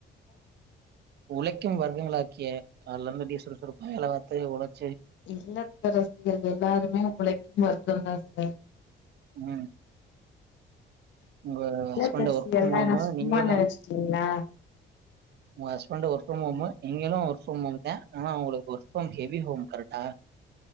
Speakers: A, on the right; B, on the left.
A: உழைக்கும் வர்க்கங்களாக்கிய கால்லருந்து அப்டியே சுறுசுறுப்பா வேல பாத்து ஒழச்சி
B: இல்லத்தரசிகள் எல்லாருமே உழைக்கும் வர்க்கம் தா சார்
A: ம் உங்க
B: இல்லத்தரசிகள்னா
A: ஹஸ்பண்டு ஒர்க் பண்ணுவாம
B: என்ன சும்மா
A: நீங்கெல்லா
B: நெனச்சிட்டீங்ளா
A: உங்க ஹஸ்பண்டு ஒர்க் <unintelligible> இங்க தா ஒர்க் ஃப்ரம் ஹோம் த ஆனா அவுங்ளுக்கு ஒர்க் ஃப்ரம் ஹெவி ஹோம் கரெக்டா